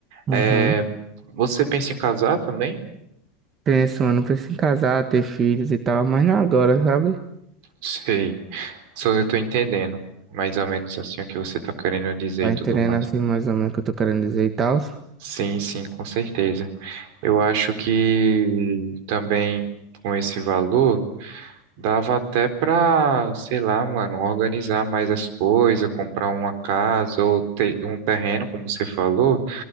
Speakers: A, on the right (about 30°); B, on the right (about 65°).
A: Uhum.
B: É, você pensa em casar também?
A: Penso, mano, penso em casar, ter filhos e tal, mas não agora, sabe?
B: Sei. Só eu tô entendendo mais ou menos assim o que você tá querendo dizer
A: Tá
B: e tudo
A: entendendo
B: mais.
A: assim mais ou menos o que eu tô querendo dizer e tal?
B: Sim, sim, com certeza. Eu acho que também com esse valor dava até pra, sei lá, mano, organizar mais as coisas, comprar uma casa ou ter um terreno, como você falou.